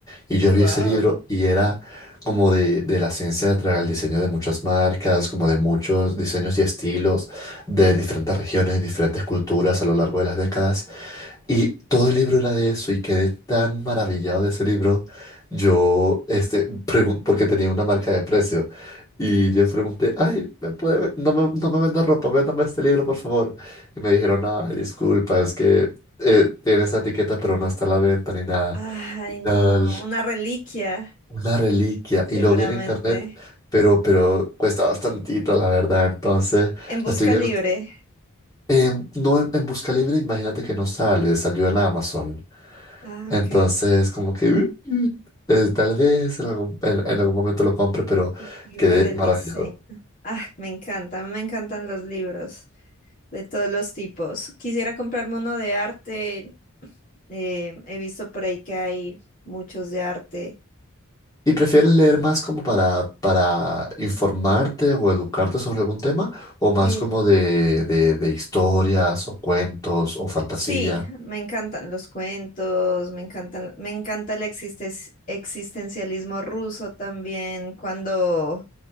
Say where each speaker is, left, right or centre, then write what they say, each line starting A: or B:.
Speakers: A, on the left; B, on the left.
A: Y yo vi
B: wow.
A: ese libro y era como de, de la ciencia detrás del diseño de muchas marcas, como de muchos diseños y estilos de diferentes regiones, diferentes culturas a lo largo de las décadas. Y todo el libro era de eso y quedé tan maravillado de ese libro. Yo, este, pregun- porque tenía una marca de precio. Y yo pregunté, ay, ¿me puede ve- no me, no me venda ropa, véndame este libro, por favor. Y me dijeron, ay, disculpa, es que eh, tiene esa etiqueta, pero no está a la venta ni nada.
B: Ay,
A: Y
B: no,
A: era
B: una reliquia,
A: una reliquia.
B: seguramente.
A: Y lo vi en internet, pero, pero cuesta bastantito, la verdad. Entonces,
B: En busca
A: estoy viendo
B: libre.
A: Em, no, en, en Busca Libre, imagínate que no sale, salió en Amazon.
B: Ah,
A: Entonces,
B: ok.
A: como que "Uh, uh", eh, tal vez en algún, en, en algún momento lo compre, pero
B: El libro
A: quedé
B: del
A: maravillado.
B: diseño. Ah, me encantan, me encantan los libros de todos los tipos. Quisiera comprarme uno de arte. eh, he visto por ahí que hay muchos de arte.
A: ¿Y prefieres leer más como para, para informarte o educarte sobre algún tema? ¿O más
B: Eh,
A: como de, de, de historias o cuentos o fantasía?
B: Sí, me encantan los cuentos, me encantan, me encanta el existes- existencialismo ruso también, cuando,